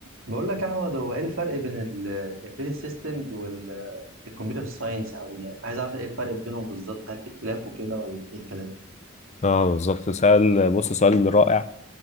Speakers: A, on the right; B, on the left.
A: بقول لك يا احمد هو ايه الفرق بين الامبيدد سيستمز والكمبيوتر ساينس او يعني عايز اعرف ايه الفرق بينهم بالظبط هل في اختلاف وكده ولا ايه الكلام
B: اه بالظبط سؤال بص سؤال رائع